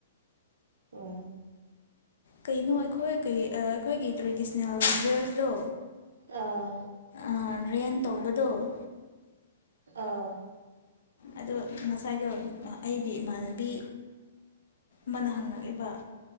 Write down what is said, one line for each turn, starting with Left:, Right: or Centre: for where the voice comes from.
Right: ꯑꯣ
Left: ꯀꯩꯅꯣ ꯑꯩꯈꯣꯏ ꯀꯩ ꯑꯩꯈꯣꯏꯒꯤ ꯇ꯭ꯔꯦꯗꯤꯁ ꯗ꯭ꯔꯦꯁꯗꯣ
Right: ꯑꯥ
Left: ꯑ ꯔꯦꯟ ꯕꯗꯣ
Right: ꯑꯥ
Left: ꯑꯗꯣ ꯉꯁꯥꯏꯗꯣ ꯑꯩꯒꯤ ꯏꯃꯥꯟꯅꯕꯤ ꯃꯅ ꯍꯪꯉꯛ ꯑꯦꯕ